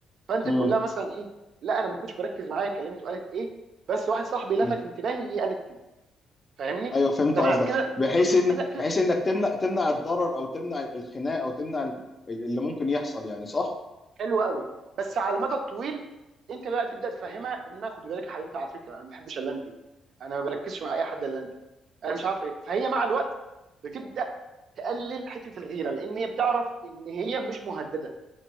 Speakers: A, on the right; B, on the left.
A: فانت
B: مم.
A: تقول لها مثلا ايه لا انا ما كنتش بركز معايا كلمت وقالت ايه بس واحد صاحبي لفت
B: مم.
A: انتباهي ان هي قالت كده فاهمني
B: ايوه فهمت
A: تمام
B: قصدك
A: كده
B: بحيث ان
A: كده كده
B: بحيث انك تمنع تمنع الضرر او تمنع الخناق او تمنع ال- اللي ممكن يحصل يعني صح؟
A: حلو قوي بس على المدى الطويل انت بقى تبدا تفهمها ان انا خدي بالك يا حبيبتي على فكره انا ما بحبش الا انت انا ما بركزش مع اي حد الا انت انا مش عارف ايه فهي مع الوقت بتبدا تقلل حته الغيره لان هي بتعرف ان هي مش مهدده